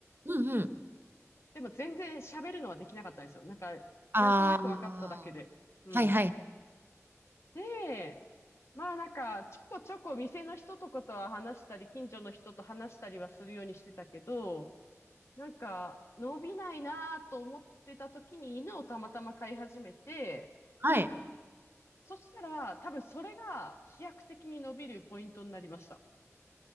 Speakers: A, on the right (about 45°); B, on the left (about 55°).
A: うんうん。
B: でも全然喋るのはできなかったんですよ。なんか、
A: あ
B: なんとなく分かっただけで。
A: あ、
B: うん。
A: はいはい。
B: で、まあなんか、ちょこちょこ店の人とかとは話したり、近所の人と話したりはするようにしてたけど、なんか、伸びないなと思ってた時に犬をたまたま飼い始めて、
A: はい。
B: そしたら、多分それが飛躍的に伸びるポイントになりました。